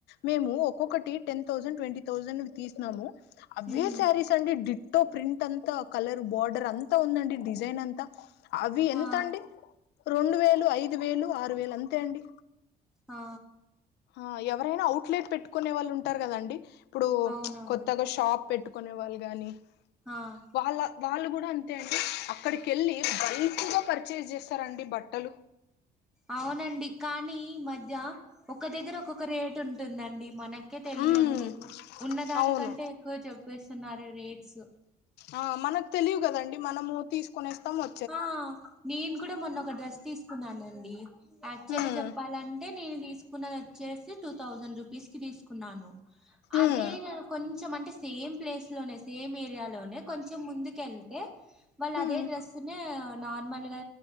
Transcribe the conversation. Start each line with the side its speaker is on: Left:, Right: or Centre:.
Left: మేము ఒక్కొక్కటి టెన్ థౌసండ్ ట్వంటీ థౌసండ్ తీసినాము అవే
Centre: ఉమ్
Left: శారీస్ అండి తో ప్రింట్ అంతా కలర్ బార్డర్ అంతా ఉందండి డిజైన్ అంతా అవి ఎంతండి
Centre: ఆ
Left: రెండువేలు ఐదువేలు ఆరువేలు అంతే అండి
Centre: ఆ
Left: ఆ ఎవరైనా అవుట్లెట్ పెట్టుకునే వాళ్ళు ఉంటారు కదండి ఇప్పుడు
Centre: అవునవును
Left: కొత్తగా షాప్ పెట్టు కొనేవాళ్ళు గాని
Centre: ఆ
Left: వాళ్ళ వాళ్ళు కూడా అంతే అండి అక్కడికెళ్లి బల్క్ గా పర్చేస్ చేస్తారండి బట్టలు
Centre: అవునండి కానీ ఈ మధ్య ఒక దగ్గర ఒక్కొక్క రేట్ ఉంటుందండి మనకే తెలియడం
Left: ఉమ్
Centre: లేదు ఉన్నదానికంటే
Left: అవును
Centre: ఎక్కువ చెప్పేస్తున్నారు రేట్స్
Left: ఆ మనకు తెలీవు కదండి మనము తీసుకొనేస్తాం వ
Centre: ఆ నేను కూడా మొన్న ఒక డ్రెస్ తీసుకున్నానండి యాక్చువల్లీ
Left: ఉమ్
Centre: చెప్పాలం టే నేను తీసుకున్నది వచ్చేసి టూ థౌజండ్ రూపీస్ కి తీసుకున్నాను అదే
Left: ఉమ్
Centre: నేను కొం చెం అంటే సేమ్ ప్లేస్ లోనే సేమ్ ఏరియాలోనే కొంచెం ముందుకెళ్తే వాళ్ళు అదే
Left: ఉమ్
Centre: డ్రెస్ తునె నార్మల్ గా